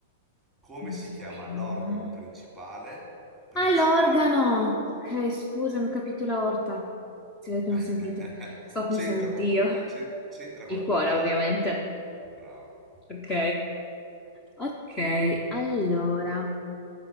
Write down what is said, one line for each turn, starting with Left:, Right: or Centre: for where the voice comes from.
Centre: come
Left: Come
Centre: si
Left: si
Centre: chiama
Left: chiama?
Centre: l'organo principale? Principale.
Left: Ah, l'organo! Ok, scusami, ho capito la orta. Si vede che
Centre: <laughs>
Left: non ho sentito. Stavo
Centre: C'entra
Left: pensando,
Centre: qualco-
Left: Dio.
Centre: c'en- c'entra qualcosa,
Left: Il cuore, ovviamente.
Centre: eh? Brava.
Left: Ok. Ok, allora.